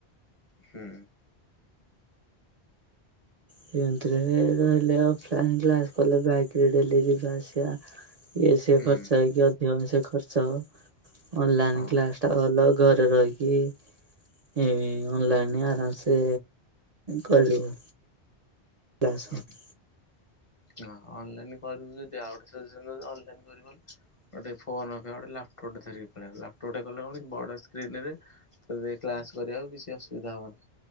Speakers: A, on the left; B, on the right.
A: ହୁଁ।
B: ଯେମତିରେ ବି ରହିଲେ ଅଫଲାଇ କ୍ଲାସ୍ କଲେ ବାଇକ୍ ରେ ଡେଲି ଯିବା ଆସିବା। ଇଏ ସିଏ
A: ହୁଁ
B: ଖର୍ଚ୍ଚ ହେଇକି ଅଧିକ ସେ ଖର୍ଚ୍ଚ ହବ ଅନଲାଇନ୍
A: ହଁ
B: କ୍ଲାସ୍। ତ ଭଲ ଘରେ ରହିକି। ଏ ଅନଲାଇନ୍ ଆରାମସେ କରିବୁ। ତାସହ।
A: ହୁଁ। ହଁ ଅନଲାଇନ୍ କରିବୁ ଯଦି ଆଉ ଗୋଟେ ସେକ୍ସନ ଅନଲାଇନ୍ କରିବୁ। ଗୋଟେ ଫୋନ୍ କାଇଁ ଗୋଟେ ଲାପଟପ୍ ଟେ ଧରିକି ପଳେଇଆ ଲାପଟପ୍ ଟେ କଲେ କଣକି ବଡ଼ ସ୍କ୍ରିନରେ। ତତେ କ୍ଲାସ୍ କରିବାକୁ କିଛି ଅସୁବିଧା ହବନି।